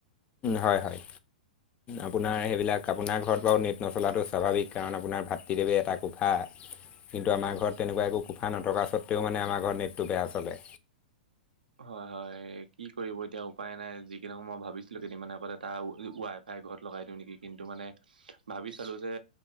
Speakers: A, on the left; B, on the right.
A: হয়, হয়। আপোনাৰ সেইবিলাক আপোনাৰ ঘৰত বাৰু নেট নচলাটো স্বাভাৱিক কাৰণ আপোনাৰ ভাতৃদেৱে এটা কোফা কিন্তু আমাৰ ঘৰত তেনেকুৱা একো কোফা নথকা স্বত্তেও মানে আমাৰ ঘৰত নেটটো বেয়া চলে।
B: হয়-হয় কি কৰিব এতিয়া উপায় নাই যিকি নহওঁক মই ভাবিছিলো কেইদিনমান আগতে এটা ৱাই ফাই ঘৰত লগাই দিওঁ নেকি? কিন্তু মানে ভাবি চালো যে